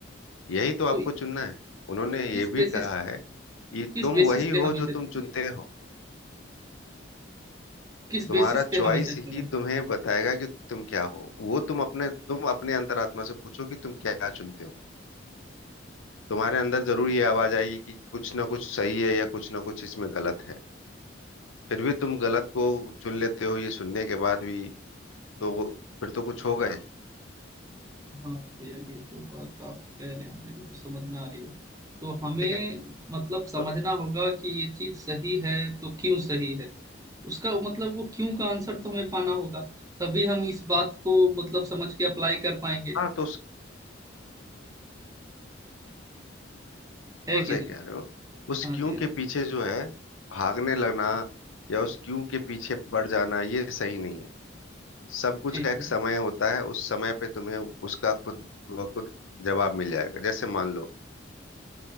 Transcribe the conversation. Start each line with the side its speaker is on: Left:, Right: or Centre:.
Left: यही तो आपको
Right: तो
Left: चुनना है उन्होंने
Right: किस
Left: ये भी
Right: बेसिस
Left: कहा है कि
Right: किस
Left: तुम
Right: बेसिस
Left: वही
Right: पे
Left: हो
Right: हम
Left: जो
Right: इसे
Left: तुम
Right: चुने
Left: चुनते हो
Right: किस
Left: तुम्हारा
Right: बेसिस
Left: चॉइस
Right: पे हम इसे चुने
Left: ही तुम्हें बताएगा कि तुम क्या हो वो तुम अपने तुम अपने अंतरात्मा से पूछो कि तुम क्या चुनते हो तुम्हारे अंदर जरूर ये आवाज आएगी कि कुछ ना कुछ सही है या कुछ ना कुछ इसमें गलत है फिर भी तुम गलत को चुन लेते हो ये सुनने के बाद भी तो फिर तो कुछ होगा ही
Right: हाँ भैया ये तो बात आप कह रहे हैं हमें देखो समझ में आ रही है तो हमें
Left: ठीक है
Right: मतलब समझना
Left: तो
Right: होगा कि ये चीज सही है तो क्यों सही है उसका मतलब वो क्यों का आंसर तो हमें पाना होगा तभी हम इस बात को मतलब समझ के अप्लाई कर पाएंगे
Left: हाँ तो उस
Right: है
Left: बिल्कुल
Right: कि
Left: सही
Right: नहीं
Left: कह रहे हो उस
Right: हाँ
Left: क्यों
Right: जी हाँ
Left: के पीछे जो है भागने लगना या उस क्यों के पीछे पड़ जाना ये सही नहीं है सब कुछ
Right: ठीक
Left: का एक
Right: है
Left: समय होता है उस समय पे तुम्हें उसका खुद ब खुद जवाब मिल जाएगा जैसे मान लो